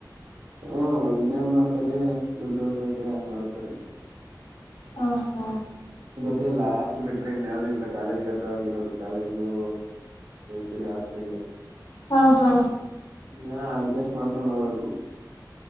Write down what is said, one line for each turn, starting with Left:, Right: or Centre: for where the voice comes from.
Right: ಹ್ಮ ಇನ್ನ ಹೆಂಗ ಮಾಡ್ತಾರೆ ದುಡ್ಡು ಉಳ್ಸಕ ಹೆಂಗ್ ಮಾಡ್ತಾರ
Left: ಹ ಹಾ
Right: ಇ ಇಲ್ಲ ಹಾಸ್ಲ್ ಬಿಟ್ರಿ ಇನ್ಯ್ದೂ ಇಲ್ಲ ಕಾಲೇಜ್ಗ ಹತ್ರವಾಗಿಗರೋದು ಕಾಲೇಜಿಗು ತಿರುಗಿ ಹಾಸ್ಲಗೆ
Left: ಹಾ ಹಾ
Right: ಇ ಅಡ್ಜಸ್ಟ್ ಮಾಡ್ಕೊಂಡ್ ಹೋಗ್ಬೇಕು